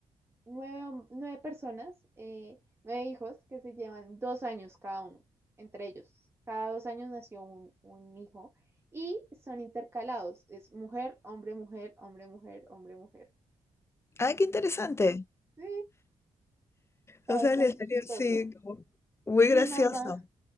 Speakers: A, on the right; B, on the left.
A: nueve, hom- nueve personas, eh, nueve hijos que se llevan dos años cada uno, entre ellos. Cada dos años nació un, un hijo y son intercalados, es mujer, hombre, mujer, hombre, mujer, hombre, mujer.
B: ¡Ay, qué interesante!
A: Sí, está
B: O sea,
A: bastante
B: le salió,
A: chistoso.
B: sí, como muy
A: Y Mi
B: gracioso.
A: mamá,